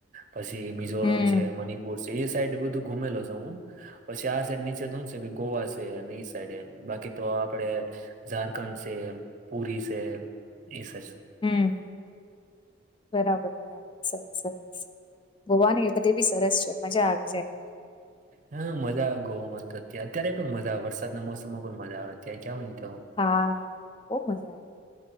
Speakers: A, on the right; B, on the left.
A: પછી મિઝોરમ
B: હમ
A: છે મણિપુર છે એ સાઈડ બધું ગુમેલો છું હું. પછી આ સાઈડ નીચે તો હું છે કે ગોવા છે અને ઈ સાઈડ એમ બાકી તો આપડે ઝારખંડ છે પુરી છે ઈ સે.
B: હમ બરાબર બરાબર સરસ સરસ. ગોવા ને એ બધે બી સરસ છે મજા આવી જાય.
A: હા મજા આવે ગઉ મસ્ત હતી અત્યારે પણ મજા આવે વરસાદના મોસમમાં પણ મજા આવે ત્યાં ગયા હોય ને તો.
B: હા બઉ મજા આવે